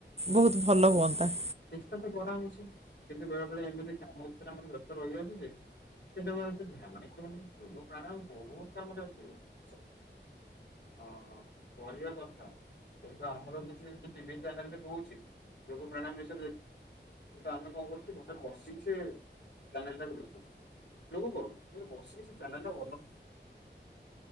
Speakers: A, on the right; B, on the left.
A: ବହୁତ ଭଲ ହୁଅନ୍ତା।
B: କିଛିଟାତ କରାହଉଛି କିନ୍ତୁ ବେଳେ ବେଳେ ଏମିତି କାମ ଭିତରେ ଆମର ବ୍ୟସ୍ତ ରହିଯାଉଛି ଯେ ଯେତେବେଳେ ଧ୍ୟାନ ଯୋଗ ପ୍ରାଣୟମ ବହୁତ କାମରେ ଆସିବ। ହଁ କରିବାକଥା। ସେଇଟା ଆମର କିଛି ଟିଭି ଚ୍ୟାନେଲରେବି କଉଛି ଯୋଗ ପ୍ରଣାୟାମ ବିଷ ଆମେ କଣ କରୁଛୁ ଘରେ ବସିକି ସେ ଚ୍ୟାନେଲଟାକୁ ଦେଖୁଛୁ। ଯୋଗ କରୁନୁ ବସିକି ସେ ଚାନେଲଟାକୁ ଅନଉ।